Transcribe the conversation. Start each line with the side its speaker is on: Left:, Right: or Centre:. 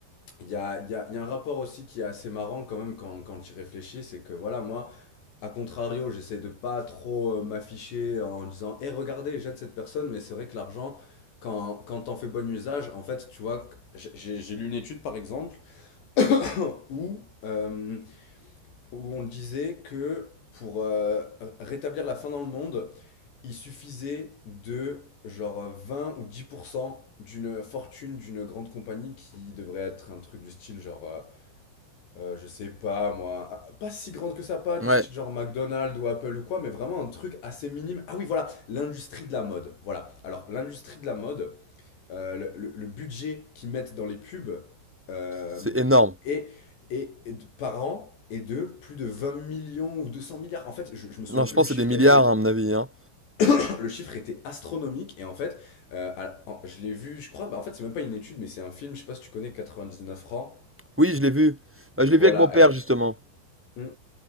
Left: il y a, il y a, il y a un rapport aussi qui est assez marrant quand même quand, quand tu y réfléchis, c'est que voilà, moi, a contrario, j'essaie de pas trop euh, m'afficher en disant Eh, regardez, j'aide cette personne, mais c'est vrai que l'argent, quand, quand t'en fais bon usage, en fait, tu vois, j'ai- j'ai j'ai lu une étude par exemple <coughs> <clears throat> où, euh, où on disait que pour euh, rétablir la faim dans le monde, il suffisait de genre 20 ou 10% d'une fortune d'une grande compagnie qui devrait être un truc du style genre euh, euh, je sais pas moi, ah, pas si grande que ça, pas du
Centre: ouais,
Left: style genre McDonald's ou Apple ou quoi, mais vraiment un truc assez minime. Ah oui, voilà, l'industrie de la mode. Voilà. Alors, l'industrie de la mode, euh, le, le- le budget qu'ils mettent dans les pubs euh,
Centre: c'est énorme.
Left: est, est- est de- par an est de plus de 20 millions ou 200 milliards. En fait, je, je me souviens
Centre: Non, je
Left: plus
Centre: pense
Left: du
Centre: que
Left: chiffre
Centre: c'est des milliards,
Left: tellement il était.
Centre: hein, à mon avis, hein.
Left: <coughs> <clears throat> Le chiffre était astronomique et en fait, euh, à- en- je l'ai vu, je crois, bah en fait, c'est même pas une étude, mais c'est un film, je sais pas si tu connais 99 francs.
Centre: Oui, je l'ai vu. Bah, je
Left: Voilà,
Centre: l'ai vu avec mon père,
Left: eh ben,
Centre: justement.
Left: hmm,